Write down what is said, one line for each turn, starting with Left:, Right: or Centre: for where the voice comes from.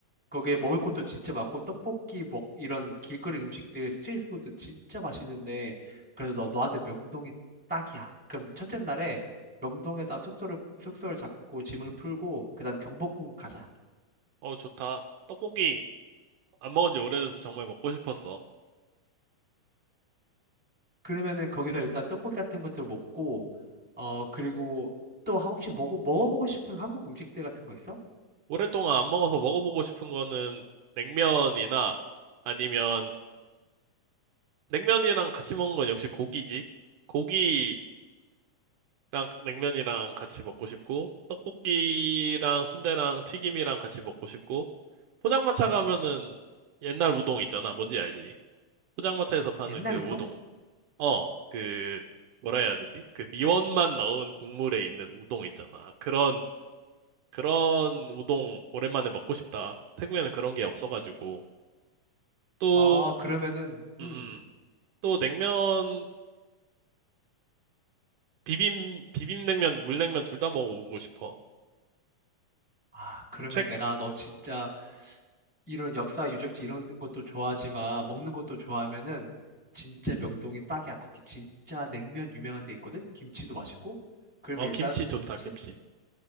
Centre: 거기에 먹을 것도 진짜 많고 떡볶이 먹 이런 길거리 음식들 스트리트푸드 진짜 맛있는데 그래서 너 너한테 명동이 딱이야. 그럼 첫째 날에 명동에다 숙소를 숙소를 잡고 짐을 풀고 그다음 경복궁 가자.
Right: 어 좋다. 떡볶이 안 먹은 지 오래돼서 정말 먹고 싶었어.
Centre: 그러면은 거기서 일단 떡볶이 같은 것들 먹고 어 그리고 또 혹시 먹어 먹어보고 싶은 한국 음식들 같은 거 있어?
Right: 오랫동안 안 먹어서 먹어보고 싶은 거는 냉면이나 아니면 냉면이랑 같이 먹는 건 역시 고기지. 고기 랑 냉면이랑 같이 먹고 싶고 떡볶이랑 순대랑 튀김이랑 같이 먹고 싶고 포장마차 가면은 옛날 우동 있잖아. 뭔지 알지? 포장마차에서 파는
Centre: 옛날
Right: 그 우동.
Centre: 우동?
Right: 어, 그 뭐라 해야 되지? 그 미원만 넣은 국물에 있는 우동 있잖아. 그런 그런 우동 오랜만에 먹고 싶다. 태국에는 그런 게 없어가지고 또
Centre: 아 그러면은 음.
Right: 음, 음. 또 냉면 비빔 비빔냉면 물냉면 둘 다 먹어보고 싶어.
Centre: 아 그러면
Right: 최,
Centre: 내가 너 진짜 이런 역사 유적지 이런 것도 좋아하지만 먹는 것도 좋아하면은 진짜 명동이 딱이야. 거기 진짜 냉면 유명한 데 있거든. 김치도 맛있고. 그러면
Right: 어
Centre: 일단
Right: 김치 좋다
Centre: 첫
Right: 김치.